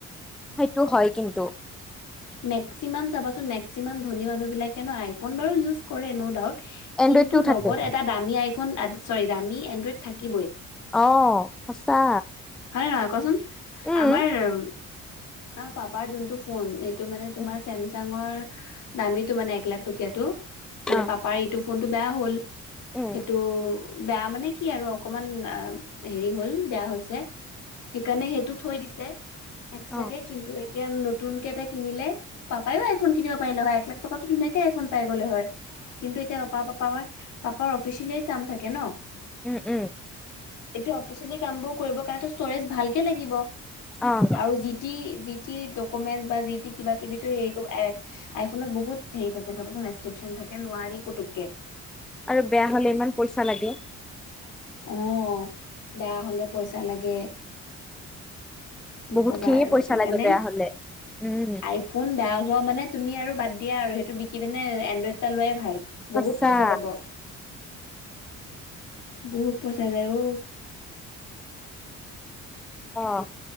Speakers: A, in the centre; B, on the left.
A: সেইটো হয় কিন্তু।
B: মেক্সিমাম চাবাচোন মেক্সিমাম ধনী মানুহবিলাকে ন আইফোন বাৰু ইউজ কৰে নৌউ ডাউট।
A: এনড্ৰইডটো
B: কিন্তু
A: থাকে
B: লগত এটা দামী আইফোন চৰি দামী এনড্ৰইড থাকিবই।
A: অ', সঁচা।
B: হয়নে নহয় কৱাচোন
A: উম।
B: আমাৰ পাপাৰ যোনটো ফোন জোনটো মানে তোমাৰ
A: উম।
B: চেনচাঙৰ দামী তেওঁ মানে এক লাখ টকীয়া তেওঁ মানে
A: অ',
B: পাপায়ে এইটো ফোনটো বেয়া হ'ল।
A: উম,
B: সেইটো বেয়া মানে কি আৰু অকমান হেৰি হ'ল বেয়া হৈছে। সেইকাৰণে সেইটো থৈ দিছে এক্সট্ৰাকে।
A: অ',
B: কিন্তু এতিয়া আৰু নটো নতুনকে এটা কিনিলে পাপায়ো আইফোন কিনিব পাৰিলে হয় এক লাখ টকাতো ধুনিকে আইফোন পাই। হয়। কিন্তু এতিয়া পাপা আপা পাপাৰ অফিচিলেই কাম থাকে ন।
A: উম, উম।
B: এতিয়া অফিচিয়েলি কামবোৰ কৰিব কাৰণ ষ্টৰেজ ভালকে লাগিব
A: অ',
B: আৰু যিটি টি ডকুমেন্ট বা যি কিবা কিবি হেৰি এ আইফোনত বহুত হেৰি থাকে চাবচোন ৰেষ্ট্ৰিকশ্যন থাকে নোৱাৰি পুতুকে।
A: আৰু বেয়া হলে ইমান পইচা লাগে।
B: আহ বেয়া হ'লে পইচা লাগে।
A: বহুত
B: কবা
A: খিনিয়ে
B: আৰু
A: পইচা
B: সেইকাৰণে
A: লাগে বেয়া হলে উম,
B: আইফোন বেয়া ম মানে তুমি আৰু বাদ দিয়া আৰু সেইটো বিকি পিনে এণ্ড্ৰইড এটা লোৱাই ভাল।
A: সঁচা।
B: বহুত পইচা যাব বহুত পইচা যায় অ'।
A: অ',